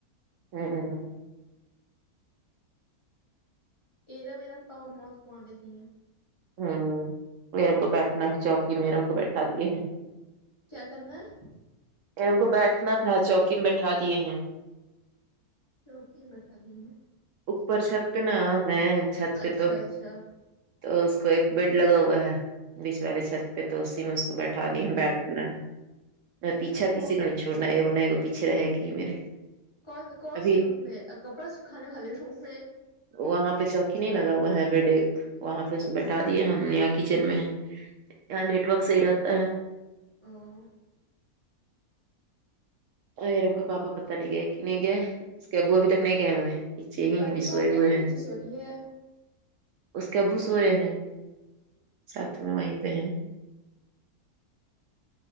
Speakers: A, on the right; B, on the left.
A: ہوں
B: ارم ارم کا وہ موت کوواں دیکھیںگے
A: ہوں ارم کو بیٹھنا ہے چوکی میں ارم کو بیٹھا دیے ہیں
B: کیا کرنا ہے
A: ارم کو بیٹھنا تھا چوکی میں بیٹھا دیے ہیں
B: چوکی بیٹھا دی ہیں
A: اوپر چھت پہ نا ہے چھت پہ
B: اچھا
A: تو
B: اچھا
A: تو اس کو ایک بیڈ لگا ہوا ہے بیچ والے چھت پہ تو اسی میں اس کو بیٹھا دیے ہیں بیٹھا ہے میں پیچھا کسی
B: کون
A: کو نہیں چھوڑنا ہےگو نگو پیچھے رہے گی میرے
B: کون کون
A: ابھی
B: سے روم میں کپڑا سکھانے والے روم میں
A: وہاں پہ چوکی نہیں لگا ہوا ہے بیڈ ایک وہاں پہ اس کو بیٹھا دیے ہم نیا کچن میں ہے نیٹ وورک صی رہتاا ہے
B: اور
A: ا ایرم کو پاپا پتتا نہیں گئے کہ نہیں گئے اس کے ابو ابھی تک نہیں گئے ہوں گے اچھی ہیں
B: قریبا
A: بھی سوئے
B: اکیلے
A: ہوئے
B: نیچے
A: ہیں
B: سو رہی ہے
A: اس کے ابو سوورے ہیں ساتھ میں وہیں پہ ہیں